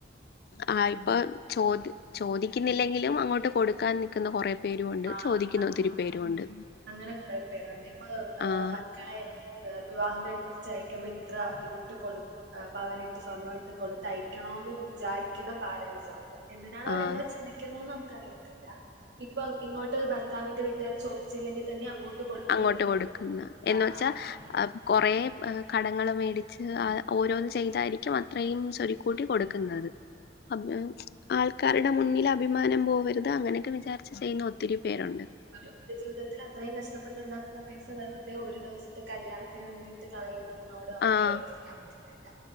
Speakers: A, on the left; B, on the right.
A: ആഹ് ഇപ്പ ചോദ് ചോദിക്കുന്നില്ലെങ്കിലും അങ്ങോട്ട് കൊടുക്കാൻ നി ക്കുന്ന കൊറേ പേരുവുണ്ട്
B: ആ
A: ചോദിക്കുന്ന
B: അങ്ങനെ
A: ഒത്തിരി പേരുവൊണ്ട്
B: അങ്ങനെ കൊറെ പേരുണ്ട് ഇപ്പൊ
A: ആഹ്
B: മക്കളെ വിവാഹം കഴിപ്പിച്ചയക്കുമ്പോ ഇത്ര ഇതിട്ട് കൊടു പവനിട്ട് സ്വർണ്ണവിട്ട് ഇത് കൊടുത്തയക്കണോന്ന് വിചാരിക്ക്ന്ന പാരൻറ്സൊണ്ട് എന്തിനാണ് അവരങ്ങനെ
A: ആഹ്
B: ചിന്തിക്കുന്നൂന്ന് നമുക്കറി ഇപ്പൊ ഇങ്ങോട്ട് ഭർത്താവിന്റെ വീട്ട്കാര് ചോദിച്ചില്ലെങ്കി തന്നെ അങ്ങോട്ട് കൊടുത്ത്
A: അങ്ങോട്ട് കൊടുക്കുന്ന എന്ന്
B: ആ
A: വെച്ചാ
B: അത്
A: കൊറേ കടങ്ങൾ മേടിച്ച് ഓരോന്ന് ചെയ്തായിര്ക്കും അത്രയും സൊര്ക്കൂട്ടി കൊടുക്കുന്നത് <unintelligible> ആൾക്കാരുടെ മുന്നിൽ അഭിമാനം പോവരുത് അങ്ങനെക്കെ വിചാരിച്ച് ചെയ്യുന്ന ഒത്തിരി പേരൊണ്ട്
B: അവര് ജീവിതത്തിലത്രയും കഷ്ടപ്പെട്ട്ണ്ടാക്ക്ന്ന പൈസ വെർതെ ഒരു ദിവസത്തെ കല്യാണത്തിന് വേണ്ടി കളയുന്നതിനോട് നമുക്ക്
A: ആഹ്
B: യോജിക്കാൻ പറ്റത്തില്ല